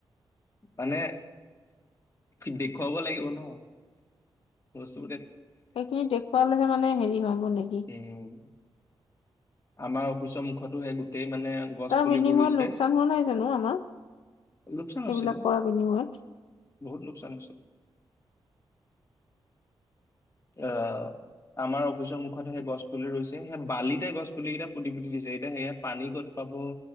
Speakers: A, on the left (about 30°); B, on the left (about 80°).
A: মানে দেখুৱাব লাগিব ন বস্তু।
B: সেইখিনি দেখুৱালেহে মানে হেৰি হব নেকি।
A: উম আমাৰ অফিচৰ মুখতো সেই গোটেই। মানে গছ
B: তাৰ
A: পুলিবোৰ
B: বিনিময়ত
A: ৰুইছে
B: লোকচান হোৱা নাই জানো আমাৰ
A: লোকচান আছিলো
B: এইবিলাক কৰাৰ বিনিময়ত?
A: বহুত লোকচান হৈছে। এয়াঅ <unintelligible> আমাৰ অফিচৰ মুখত সেই গছ পুলি ৰুইছে সেয়া বালিতে গছ পুলি কেইটা পুতি পুতি দিছে এতিয়া সেয়া পানী ক'ত পাব